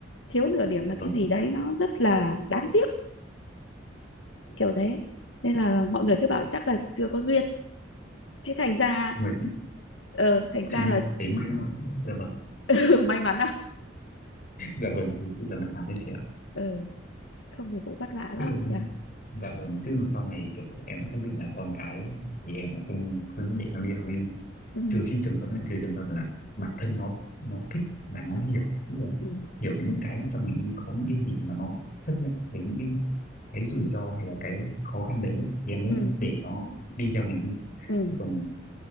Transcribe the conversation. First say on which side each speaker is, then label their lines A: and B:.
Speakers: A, on the left; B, on the left.
A: thiếu nửa điểm
B: dạ
A: là
B: vâng
A: cái gì đấy nó rất là đáng tiếc kiểu thế nên là mọi người cứ bảo chắc là chưa có duyên thế thành ra
B: nhưng mà chị
A: ờ thành
B: chị
A: ra
B: nên
A: là
B: cảm thấy may mắn dạ vâng
A: <laughs> may mắn à
B: dạ vâng thực sự là may mắn đấy chị ạ.
A: ừ. không thì cũng vất vả lắm
B: chứ
A: nhỉ
B: dạ vâng chứ sau này kiểu em cũng xác định là con cái thì em cũng không không để nó đi học đi
A: ừ.
B: trừ khi trường hợp này trừ trường hợp là bản thân nó nó thích và nó
A: Ừ.
B: hiểu tức là
A: Ừ.
B: hiểu về những cái trong mình đi có những cái gì mà nó chấp nhận về những cái, cái rủi ro hay là cái khó khăn đấy ấy, thì em mới
A: Ừ.
B: để nó đi theo ngành y
A: Ừ.
B: chứ còn